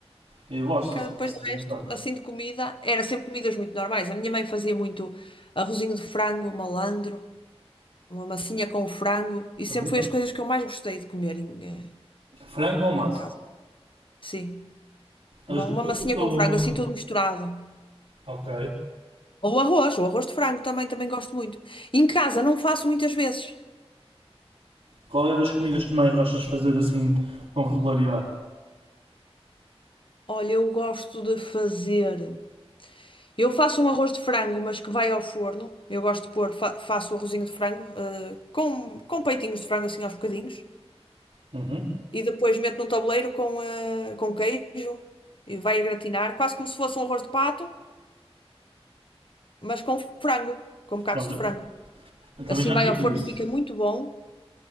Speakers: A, on the right (about 70°); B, on the left (about 55°).
A: Eu gosto
B: Cara,
A: de fazer
B: depois
A: isso
B: do
A: de vez
B: resto,
A: em quando.
B: assim de comida, era sempre comidas muito normais. A minha mãe fazia muito arrozinho de frango, malandro, uma massinha com frango, e
A: Também
B: sempre foi
A: gosto.
B: as coisas que eu mais gostei de comer em, eh,
A: Frango ou massa?
B: em casa. Sim, uma,
A: As
B: uma
A: duas
B: massinha
A: ou só
B: com frango,
A: uma?
B: assim tudo misturado.
A: Ok.
B: Ou arroz, ou arroz de frango também, também gosto muito. Em casa, não faço muitas vezes.
A: Qual é das comidas que tu mais gostas de fazer assim com regularidade?
B: Olha, eu gosto de fazer. Eu faço um arroz de frango, mas que vai ao forno. Eu gosto de pôr, fa- faço o arrozinho de frango, eh, com, com peitinhos de frango assim aos bocadinhos.
A: Uhum.
B: e depois mete num tabuleiro com, eh, com queijo e vai a gratinar, quase como se fosse um arroz de pato, mas com frango, com bocados
A: Olha,
B: de frango.
A: eu também
B: Assim
A: já
B: vai
A: fiz
B: ao forno,
A: isso.
B: fica muito bom.